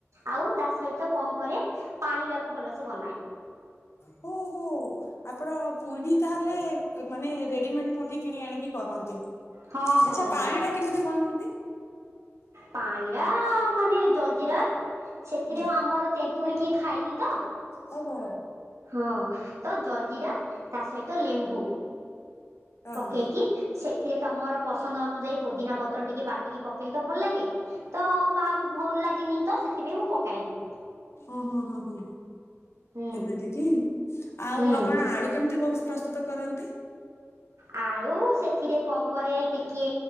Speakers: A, on the right; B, on the left.
A: ଆଉ ତା ସହିତ କଣ କରେ? ପାଣି ଟାକୁ ଭଲସେ ବନାଏ।
B: ହୁ ହୋ। ଆପଣ ପୁରିଢ଼ି ତାହାଲେ ମାନେ ରେଡିମେଡ ପୁରି କିଣି ଆଣିକି କରନ୍ତି। ଆଚ୍ଛା
A: ହଁ ହଁ
B: ପାଣି
A: ହଁ
B: ଟା କେମିତି ବନାନ୍ତି?
A: ପାଣିରା ମାନେ ଜଲଜିରା ସେଥିରେ
B: ହୁଁ
A: ଆମର ତେନ୍ତୁଳି କିଏ ଖାଇନି ତ
B: ଓ <inaudible>
A: ହଁ ତ ଜଲଜିିରା ତା ସହିତ ଲେମ୍ବୁ
B: ହଁ
A: ପକେଇକି
B: ହଁ ହଁ
A: ସେଥିରେ ତମର ପସନ୍ଦ ଅନୁଯାୟୀ ପୋଦିନା ପତ୍ର ଟିକେ ବାଟିକି ପକେଇଲେ ତ ଭଲ ଲାଗେ ତ କାହାକୁ ଭଲ ଲାଗିନି ତ ସେଥିପାଇଁ ମୁଁ ପକାଇଏନି।
B: ଓ ହୋ ହଁ ହ
A: ହୁଁ।
B: ଏମିତି କି ଆଉ
A: ହୁଁ।
B: ଆପଣ ଆଳୁ କେମିତି ବ ପ୍ରସ୍ତୁତ କରନ୍ତି।
A: ଆଳୁ ସେଥିରେ କଣ କରେ ଟିକିଏ